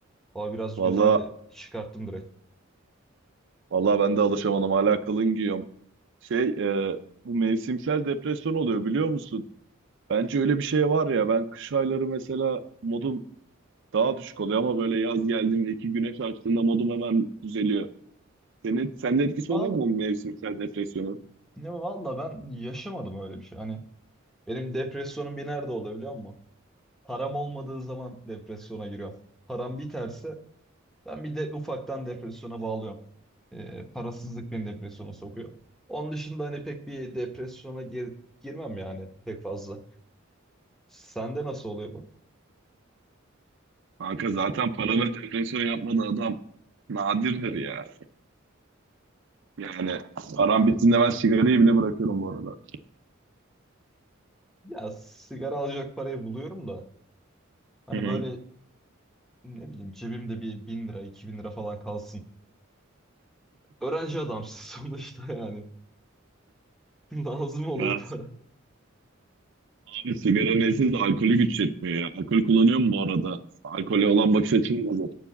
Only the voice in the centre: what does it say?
hava biraz
güzeldi çıkarttım direkt.
Val
ne valla ben yaşamadım öyle bir şey. Hani benim depresyonum bir nerede oluyor biliyor musun? Param olmadığı zaman depresyona giriyorum. Param biterse Ben bir de ufaktan depresyona bağlıyorum. Ee, parasızlık beni depresyona sokuyor. Onun dışında hani pek bir depresyona gir- girmem yani pek fazla. Sende nasıl oluyor bu?
Ya sigara alacak parayı buluyorum da hani
böyle ne bileyim cebimde bir bin lira iki bin lira falan kalsın. Öğrenci adamsın <laughs> sonuçta yani. <laughs> Lazım oluyor
para.